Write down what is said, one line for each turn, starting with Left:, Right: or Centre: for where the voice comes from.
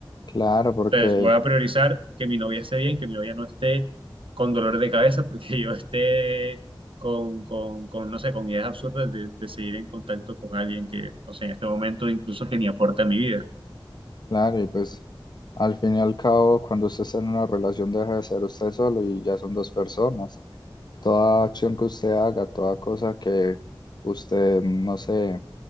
Left: claro, porque...
Right: Entonces, voy a priorizar que mi novia esté bien, que mi novia no esté con dolor de cabeza, <laughs> porque yo esté con, con, con, no sé, con ideas absurdas de, de seguir en contacto con alguien que, no sé, en este momento incluso que ni aporta a mi vida.
Left: Claro, y pues al fin y al cabo, cuando usted está en una relación deja de ser usted solo y ya son dos personas. Toda acción que usted haga, toda cosa que usted, no sé,